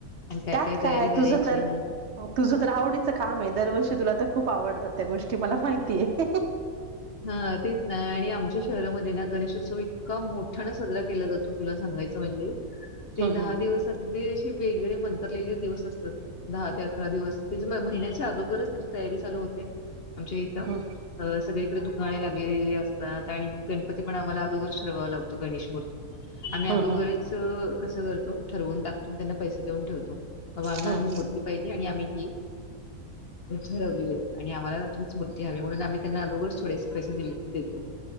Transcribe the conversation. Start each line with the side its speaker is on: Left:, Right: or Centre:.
Left: आणि
Right: त्यात
Left: तयारी
Right: काय
Left: करायची
Right: तुझं तर
Left: हा
Right: तुझं तर आवडीचं काम आहे दरवर्षी तुला तर खूप खूप आवडतात त्या गोष्टी मला माहिती आहे
Left: हा ते आणि आमच्या शहरामध्ये ना गणेशोत्सव इतका मोठा ना साजरा केला जातो तुला सांगायचं म्हणजे ते
Right: हम्म
Left: दहा
Right: हम्म
Left: दिवस अगदी अशी वेगळे मंत्रलेले दिवस असतात दहा ते अकरा दिवस त्या महिन्याच्या अगोगरच त्याची तयारी चालू होते आमच्या इथ.
Right: ह.
Left: सगळीकडे दुखाणे लागलेली असतात आणि गणपती पण आम्हाला अगोगर ठरवावं लागतो गणेश मूर्ती आम्ही
Right: हम्म
Left: अदोघरच
Right: हम्म
Left: कसं करतो ठरवून टाकतून त्यांना पैसा देऊन ठेवतो. अ अे
Right: हम्म
Left: मु हिे आणि आम्ही ही ठरवलेली आहे आणि आम्हाला हीच मूर्ती हवी म्हणून आम्ही त्यांना अजोरच थोडेसे पैसे दि देतो